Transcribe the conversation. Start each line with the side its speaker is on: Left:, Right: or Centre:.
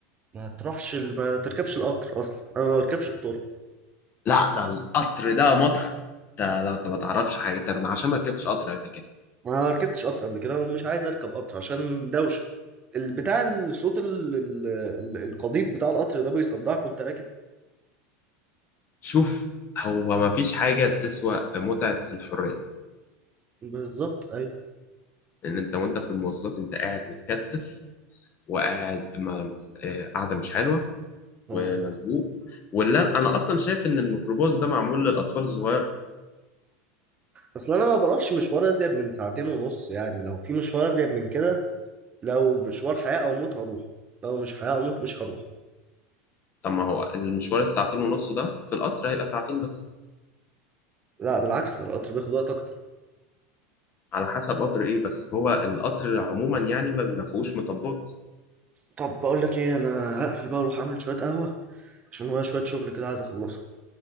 Right: ما تروحش ال- ما تركبش القطر أصلا أنا ما بركبش قطورة
Left: لا ده القطر ده متعة انت لو انت ما تعرفش حاجة انت ما- عشان ما ركبتش قطر قبل كده
Right: ما ركبتش قطر قبل كده ومش عايز أركب قطر عشان دوشة البتاع الصوت ال... ال... ال- القضيب بتاع القطر ده بيصدعك وأنت راكب
Left: شوف هو ما فيش حاجة تسوى متعة الحرية
Right: بالظبط
Left: ان انت وانت في المواصلات انت قاعد متكتف وقاعد ما آه، قاعدة مش حلوة ومسبوق
Right: أيوه
Left: ولا انا اصلا شايف ان الميكروباص ده معمول للاطفال الصغير
Right: اصل انا ما بروحش مشوار ازيد من ساعتين ونص يعني لو في مشوار ازيد من كده لو مشوار حياة او موت هروح لو مش حياة او موت مش هروح
Left: طب ما هو المشوار الساعتين ونص ده في القطر هيبقى ساعتين بس
Right: لا بالعكس ده القطر بياخد وقت اكتر
Left: على حسب قطر ايه بس هو القطر عموما يعني ما ما فيهوش مطبات
Right: طب بقول لك ايه انا هقفل بقى واروح اعمل شوية قهوة عشان ورايا شوية شغل كده عايز اخلصه